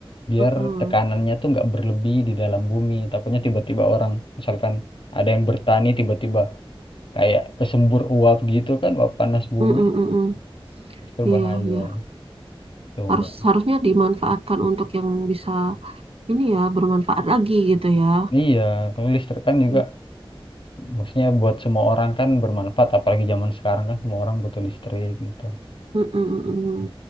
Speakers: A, on the left; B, on the right.
A: biar
B: heeh.
A: tekanannya tuh nggak berlebih di dalam bumi. Takutnya tiba-tiba orang misalkan ada yang bertani tiba-tiba kayak kesembur uap gitu kan, uap panas bumi
B: Mm, mm, mm, mm.
A: justru
B: Iya,
A: bahaya
B: iya.
A: tuh
B: Harus
A: Mbak.
B: harusnya dimanfaatkan untuk yang bisa ini ya bermanfaat lagi gitu ya.
A: Iya, kalau listrik kan juga
B: Mm,
A: maksudnya buat semua orang kan bermanfaat apalagi zaman sekarang kan semua orang butuh listrik gitu.
B: mm, mm, mm.